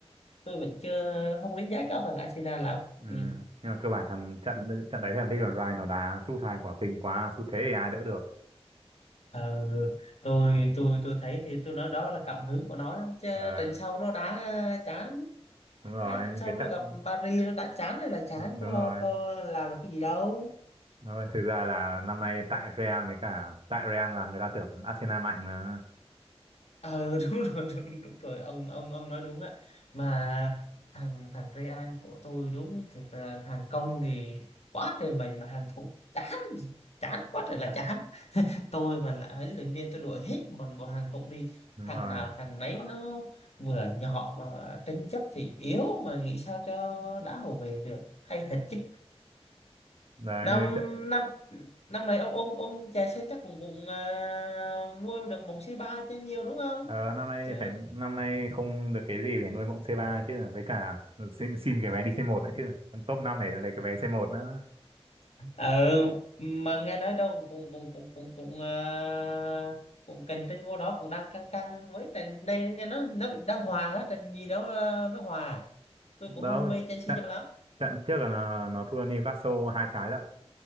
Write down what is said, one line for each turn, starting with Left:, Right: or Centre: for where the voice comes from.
Left: tôi vẫn chưa không đánh giá cao thằng Arsenal lắm
Right: Ừ.
Left: ừ.
Right: Nhưng mà cơ bản thằng trận trận đấy thằng Declan Rice nó đá sút hai quả kinh quá, sút thế thì ai đỡ được.
Left: Ờ, tôi tôi tôi thấy thì tôi nói đó là cảm hứng của nó chứ
Right: Ờ,
Left: trận sau nó đá chán
Right: đúng rồi
Left: hai trận sau
Right: cái
Left: nó
Right: trận
Left: gặp Paris nó đá chán hay là chán
Right: đúng, đúng
Left: có
Right: rồi
Left: có làm được cái gì đâu
Right: Nói thực ra là năm nay tại Real với cả tại Real là người ta tưởng Arsenal mạnh mà
Left: ờ <laughs> đúng rồi đúng, đúng rồi ông ông ông nói đúng ạ mà thằng thằng Real của tôi đúng thật là hàng công thì quá trời mình mà hàng thủ chán chán quá trời là chán <laughs> tôi mà là ấy luyện viên tôi đuổi hết một bộ hàng thủ đi
Right: đúng
Left: thằng
Right: rồi
Left: nào thằng nấy nó vừa nhỏ mà tranh chấp thì yếu mà nghĩ sao cho đã hồ về được hay thật chứ
Right: Đấy,
Left: năm
Right: như trận
Left: năm năm này ông ông ông chè sen chắc cũng cũng à, nuôi được một C ba chứ nhiều đúng không
Right: ờ, năm nay
Left: chứ
Right: phải năm nay không được cái gì để nuôi mộng C3 chứ với cả xin, xin cái vé đi C1 nữa chứ top 5 để lấy cái vé C1 nữa
Left: ừ mà nghe nói đâu cũng cũng cũng cũng cũng à, cũng cạnh tranh vô đó cũng đang căng căng với trận đây nghe nó nó đang hòa á trận gì đó à, nó hòa à? tôi
Right: đâu
Left: cũng không mê Chelsea
Right: trận
Left: cho lắm
Right: trận trước là nó, nó thua Newcastle hai trái lận